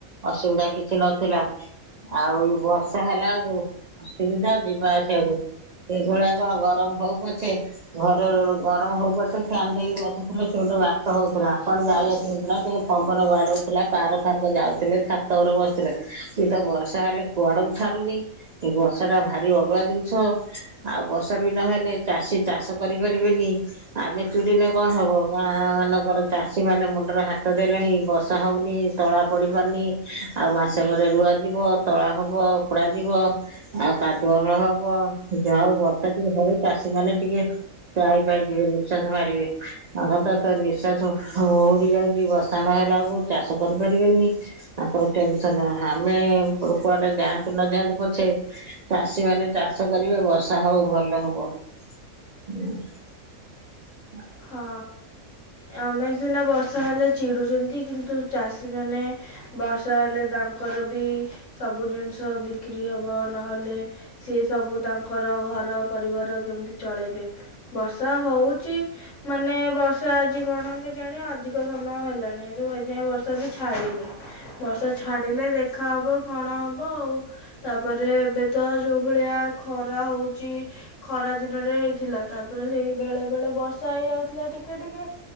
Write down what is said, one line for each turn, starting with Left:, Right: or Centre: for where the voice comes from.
Right: ଅସୁବିଧା କିଛି ନଥିଲା ଆଉ ଇ ବର୍ଷା ହେଲା ଆଗ ଅସୁବିଧା ଯିବା ଆସିବାକୁ। ଏ ଭଳିଆ କଣ ଗରମ ହଉ ପଛେ ଘର ଗରମ ହଉ ପଛେ ଫ୍ୟାନ୍ ଦେଇକି ବସିଥିଲେ ସେ ଗୋଟେ ବାଟ ହଉଥିଲା କୁଆଡେ ଯାଇ ଆସି ଟିକେ ପବନ ବାଡଉଥିଲା ପାର ଫାର୍କ ଯାଉଥିଲେ, ଛାତ ଉପରେ ବସିଲେ ଏ ତ ବର୍ଷା ହେଲେ କୁଆଡକୁ ଛାଡୁନି ଏ ବର୍ଷା ଟା ଭାରି ଅଡୁଆ ଜିନିଷ। ଆଉ ବର୍ଷା ବି ନହେଲେ ଚାଷୀ ଚାଷ କରିପାରିବେନି। ଆମେ ଚୁଡିଲେ କଣ ହବ ଗାଁ ମାନଙ୍କର ଚାଷୀ ମାନେ ମୁଣ୍ଡରେ ହାତ ଦେଲେଣି ବର୍ଷା ହଉନି ତଳା ପଡି ପାରୁନି ଆଉ ମାସେ ପରେ ରୁଆ ଯିବ ତଳା ହବ ଉପକୁଡା ଯିବ। ଆଉ କାଦୁଅ ହଳ ହବ ଯ ହଉ ବର୍ଷା ଟିକେ ହଉ ଚାଷୀ ମାନେ ଟିକେ ଯାଇ ପାଇ ଯିବେ ନିଃଶ୍ଵାସ ମାରିବେ ଆଗ ତ ତ ନିଶ୍ୱାସ ଉଡି ଯାଉଛି ବର୍ଷା ନହେଲା ବେଳକୁ ଚାଷ କରିପାରିବେନି। ତାଙ୍କର ଟେନସନ ଆମେ ପଡ କୁଆଡେ ଯାଆ ନଯାଆନ୍ତୁ ପଛେ ଚାଷୀ ମାନେ ଚାଷ କରିବେ ବର୍ଷା ହଉ ଭଲ ହବ। <inaudible>
Left: ହଁ ଆମେ ସିନା ବର୍ଷା ହେଲେ ଚିଡ଼ୁଛନ୍ତି କିନ୍ତୁ ଚାଷୀମାନେ ବର୍ଷା ହେଲେ ତାଙ୍କର ବି ସବୁ ଜିନିଷ ବିକ୍ରି ହବ ନହେଲେ ସିଏ ସବୁ ତାଙ୍କର ଘର ପରିବାର କେମିତି ଚଳେଇବେ। ବର୍ଷା ହଉଛି। ମାନେ ବର୍ଷା ଆଜି କଣ କେଜାଣି ଅଧିକ ସମୟ ହେଲାଣି ଏବେ ଯାଏ ବର୍ଷା ବି ଛାଡ଼ିନି। ବର୍ଷା ଛାଡିଲେ ଦେଖା ହବ କଣ ହବ ଆଉ ତାପରେ ଏବେ ତ ଯୋଉ ଭଳିଆ ଖରା ହେଉଛି ଖରା ଦିନରେ ହେଇଥିଲା ତାପରେ ସେଇ ବେଳେ ବଳେ ବର୍ଷ ବର୍ଷା ହେଇ ଯାଉଥିଲା ଟିକେ ଟିକେ